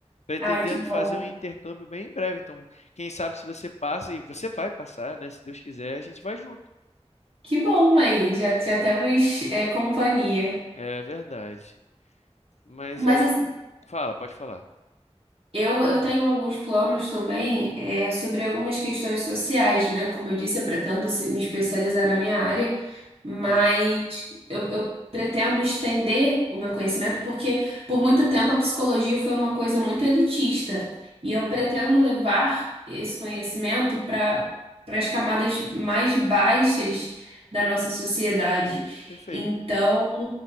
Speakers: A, on the left (about 80°); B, on the right (about 60°).
A: pretendendo
B: Ah, que bom.
A: fazer um intercâmbio bem em breve. Então, quem sabe se você passa e você vai passar, né? Se Deus quiser, a gente vai junto.
B: Que bom aí, já, já temos é, companhia.
A: É verdade. Mas
B: Mas
A: aí, fala, pode falar.
B: Eu, eu tenho alguns planos também é, sobre algumas questões sociais, né? Como eu disse, eu pretendo se- me especializar na minha área, mas
A: Isso.
B: eu, eu pretendo estender o meu conhecimento porque por muito tempo a psicologia foi uma coisa muito elitista e eu pretendo levar esse conhecimento para para as camadas mais baixas da nossa sociedade.
A: Perfeito.
B: Então,